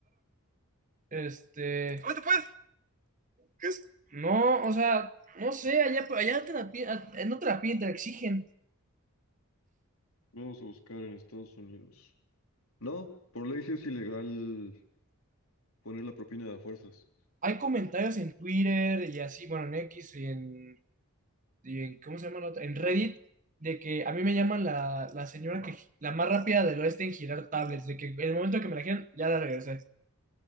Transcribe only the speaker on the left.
Vamos a buscar en Estados Unidos. No, por ley sí es ilegal poner la propina a fuerzas.